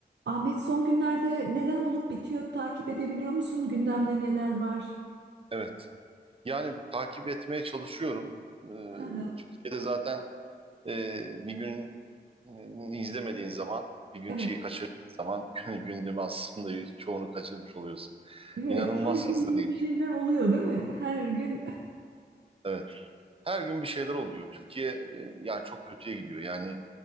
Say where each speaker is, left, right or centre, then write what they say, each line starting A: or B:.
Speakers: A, on the right (about 85°); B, on the right (about 30°).
A: Ahmet son günlerde neler olup bitiyor takip edebiliyor musun? Gündemde neler var?
B: Evet. Yani takip etmeye çalışıyorum. Ee,
A: Hı hı.
B: Türkiye'de zaten e, bir gün e, izlemediğin zaman, bir gün
A: Evet,
B: şeyi kaçırdığın zaman <laughs> gündemi aslında çoğunu kaçırmış oluyorsun.
A: evet.
B: İnanılmaz
A: Her gün
B: hızlı
A: yeni
B: değil.
A: bir şeyler oluyor, değil mi? Her gün.
B: Evet. Her gün bir şeyler oluyor. Türkiye e, yani çok kötüye gidiyor. Yani